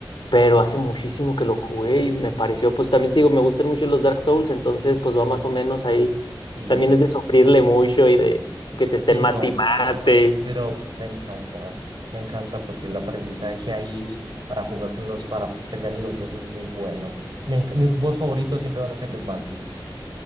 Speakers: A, on the left; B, on the right.
A: pero hace muchísimo que lo jugué y me pareció, pues también te digo, me gustan mucho los Dark Souls, entonces pues va más o menos ahí.
B: Sí,
A: También
B: sí.
A: es de sufrirle mucho y de que te estén
B: Sí,
A: mate
B: no,
A: y mate.
B: pero me encanta. Me encanta porque el aprendizaje ahí es para jugar con los, para pelearle los bosses es muy bueno. Me enc- mi boss favorito siempre van a ser los mantis,